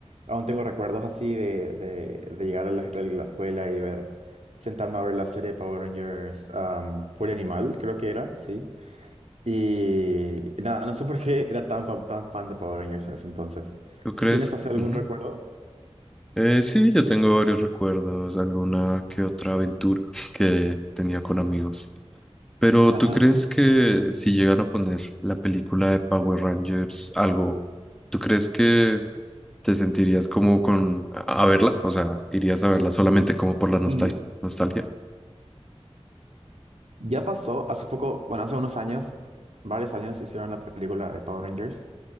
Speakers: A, on the right (about 80°); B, in the centre.
A: Aún tengo recuerdos así de, de, de llegar a la, de la escuela y ver, sentarme a ver la serie de Power Rangers, am, Furia Animal, creo que era, sí. Y nada, no sé por qué era tan, fa- tan fan de Power Rangers en ese entonces.
B: ¿Tú crees?
A: ¿Tú tienes así algún
B: Ujú.
A: recuerdo?
B: Eh, sí, yo tengo varios recuerdos, alguna que otra aventura <laughs> que tenía con amigos. Pero
A: Ajá.
B: ¿tú crees que si llegan a poner la película de Power Rangers, algo, ¿tú crees que te sentirías como con a a verla, o sea, irías a verla solamente como por la nostalgia,
A: L-
B: nostalgia.
A: Ya pasó, hace poco, bueno, hace unos años, varios años hicieron la película de Power Rangers.